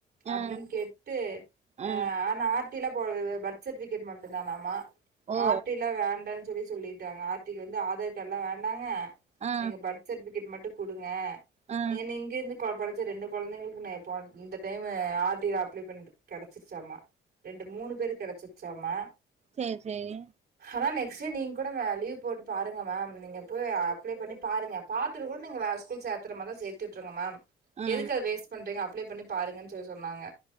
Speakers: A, on the right (about 55°); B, on the right (about 35°).
A: அப்படின்னு
B: ஆ
A: கேட்டு
B: ஆ
A: அஹ் ஆனா ட்டில போது பர்த்சர்டிபிகேட் மட்டும் தானாமா
B: ஓ
A: ஆட்டிலாம் வேண்ட சொல்லி சொல்லிிட்டாங்க ஆர்டிக்கு வந்து ஆதார் கார்ட்லாம் வேண்டாங்க
B: ஆ
A: நீங்க பர்த் சட் பிகேட் மட்டும் குடுங்க
B: ஆ
A: என்னை இங்கிந்து கோபடத் நேத்து ரெண்டு கொழந்தைங்களுக்கு நான் எப்போ இந்த டைம் ஆர் டி அப்ளே பண்ணி கெடைச்சிருச்சாமா ரெண்டு மூணு பேரு கெடைச்சு ச்சமா
B: சேர் சேரி
A: ஆனா நெக்ஸ்டு நீங்க கூட வேல லீவ் போட்டு பாருங்க மேம் நீங்க போய் அ ப்ளை பண்ண பாருங்க பாத்துட்டு கூட நீங்க வேற ஸ்கூல் சேத்துற மாரி இந்தா சேர்த்து வுட்டுருங்க மேம்
B: ஆ
A: எதுக்கு அது வேஸ்ட் பண்றீங்க அப் அப்ளை பண்ணி பாருங்கன்னு சொல்லி சொன்னாங்க